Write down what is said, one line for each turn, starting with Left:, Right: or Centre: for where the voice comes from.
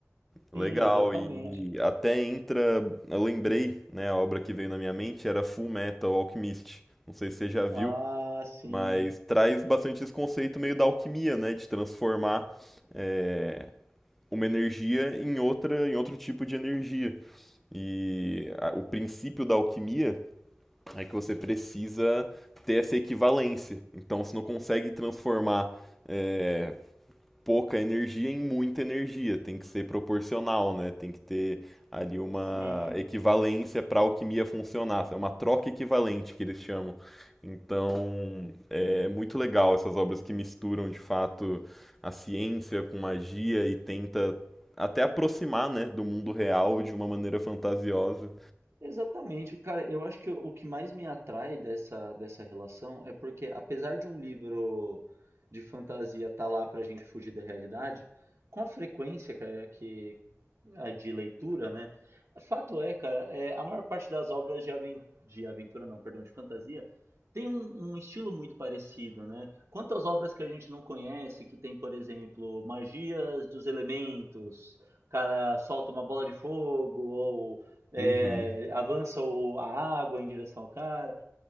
Right: Sim,
Centre: Legal,
Right: exatamente.
Centre: e até entra. Eu lembrei, né? A obra que veio na minha mente era Full Metal Alchemist. Não sei se você já viu,
Right: Ah, sim.
Centre: mas traz bastante esse conceito meio da alquimia, né? De transformar é, uma energia em outra, em outro tipo de energia. E a- o princípio da alquimia é que você precisa ter essa equivalência. Então você não consegue transformar é, pouca energia em muita energia. Tem que ser proporcional, né? Tem que ter ali uma
Right: Sim.
Centre: equivalência para a alquimia funcionar. É uma troca equivalente que eles chamam. Então é muito legal essas obras que misturam de fato a ciência com magia e tenta até aproximar né, do mundo real de uma maneira fantasiosa.
Right: Exatamente, cara, eu acho que o que mais me atrai dessa, dessa relação é porque, apesar de um livro de fantasia estar lá pra gente fugir da realidade, com a frequência, cara, que, a de leitura, né? Fato é, cara, é, a maior parte das obras de, aven- de aventura, não, perdão, de fantasia, tem um, um estilo muito parecido, né? Quantas obras que a gente não conhece que tem, por exemplo, magias dos elementos, o cara solta uma bola de fogo, ou é,
Centre: Uhum.
Right: avança o- a água em direção ao cara,